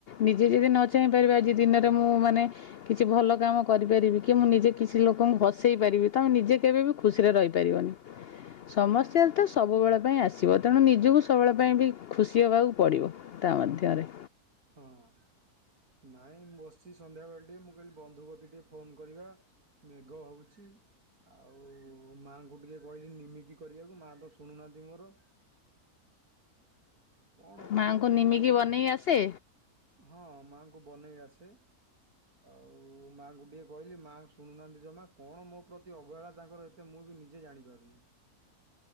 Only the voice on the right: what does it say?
ହଁ
ହଁ ନାଇଁ ମୁଁ ବସିଛି ସନ୍ଧ୍ୟାବେଳେ ଟିକେ ମୁଁ କହିଲି ବନ୍ଧୁ କତିକି ଟିକେ ଫୋନ କରିବା। ମେଘ ହଉଛି। ଆଉ ମାଆଙ୍କୁ ଟିକେ କହିଲି ନିମିକି କରିବାକୁ ମାଆ ତ ଶୁଣୁନାହାନ୍ତି ମୋର। କଣ କଣ
କହୁଛ
ହଁ ମାଆଙ୍କୁ ବନେଇ ଆସେ ଆଉ ମାଆଙ୍କୁ ଟିିକିଏ କହିଲି ମାଆ ଶୁଣୁନାହାନ୍ତି ଜମା କଣ ମୋ ପ୍ରତି ଅବହେଳା ତାଙ୍କର ଏ ମୁଁ ବି ନିଜେ ଜାଣିପାରୁନି।